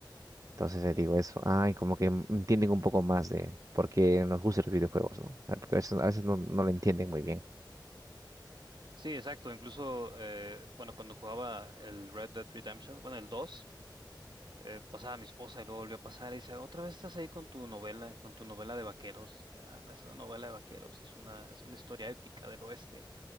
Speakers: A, on the right; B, on the right.
A: Entonces les digo eso, ay, como que entienden un poco más de por qué nos gustan los videojuegos, ¿no? Ah, Porque a veces, a veces no, no lo entienden muy bien.
B: Sí, exacto. Incluso, eh, bueno, cuando jugaba el Red Dead Redemption, bueno, el dos eh, pasaba a mi esposa y luego volvió a pasar y dice, otra vez estás ahí con tu novela, con tu novela de vaqueros. Ya, no es una novela de vaqueros, es una, es una historia épica del oeste.